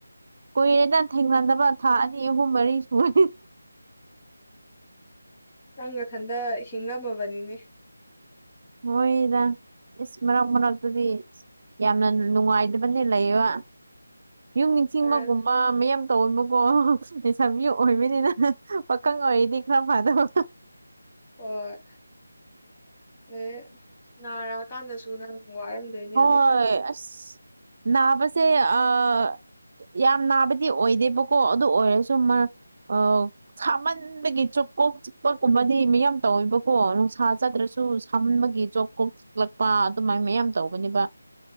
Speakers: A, on the right; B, on the left.
A: ꯀꯨꯏꯔꯦꯅ ꯊꯦꯡꯅꯅꯕ ꯊꯥ ꯑꯅꯤ ꯑꯍꯨꯝ ꯃꯔꯤ ꯁꯨꯔꯦ
B: ꯅꯪ ꯃꯊꯟꯗ ꯍꯤꯡꯉꯝꯃꯕꯅꯤꯅꯦ
A: ꯍꯣꯏꯗꯁ ꯃꯔꯥꯡ ꯃꯔ ꯑꯗꯨꯗꯤ ꯌꯥꯝꯅ ꯅꯨꯡꯉꯥꯏꯇꯕꯅꯦ ꯂꯩꯕ ꯌꯨꯝ ꯅꯤꯡꯁꯤꯡꯕꯒꯨꯝꯕ
B: ꯈꯔ꯫
A: ꯃꯌꯥꯝ ꯇꯧꯕꯨꯀꯣ ꯂꯩꯩꯁꯥꯕꯤ ꯑꯣꯏꯕꯅꯤꯅ ꯄꯥꯈꯪ ꯑꯣꯏꯔꯤꯗꯤ ꯈꯔ ꯐꯥꯗꯕ
B: ꯍꯣꯏ ꯑ ꯅꯥꯔꯛꯑꯀꯥꯟꯗꯁꯨ ꯅꯪ ꯋꯥꯔꯝꯗꯣꯏꯅꯦꯕ
A: ꯍꯣꯏ ꯑꯁ ꯅꯕꯁꯦ ꯑꯁ ꯌꯥꯝ ꯅꯥꯕꯗꯤ ꯑꯣꯏꯗꯦꯕꯀꯣ ꯑꯗꯨ ꯑꯣꯏꯔꯁꯨ ꯑ ꯁꯥꯃꯟꯗꯒꯤ ꯆꯣꯀꯣꯛ ꯆꯤꯄꯣꯛꯀꯨꯝꯕꯗꯤ ꯃꯌꯥꯝ ꯇꯧꯋꯦꯕꯀꯣ ꯅꯨꯡꯁꯥ ꯆꯥꯗ꯭ꯔꯁꯨ ꯁꯨ ꯁꯝꯕꯒꯤ ꯖꯣꯕ ꯀꯣꯛꯂꯛꯄ ꯑꯗꯨꯃꯥꯏꯅ ꯃꯌꯥꯝ ꯇꯧ ꯕ